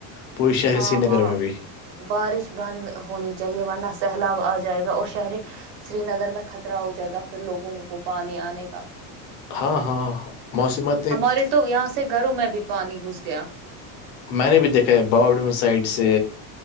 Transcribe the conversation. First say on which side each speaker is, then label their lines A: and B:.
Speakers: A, on the left; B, on the right.
A: پورے شہر
B: ہاں
A: سری نگر
B: ہاں
A: میں بھی
B: بارش بند ہونی چاہیے ورنہ سہلاب آ جائے گا اور شہر سری نگر میں خطرہ ہو جائے گا پھر لوگوں کو پانی آنے کا
A: ہاں ہاں موسمت
B: ہمارے تو یہاں سے گھروں میں بھی پانی گھس گیا
A: میں نے بھی دیکھا ہے باؤڈون سائڈ سے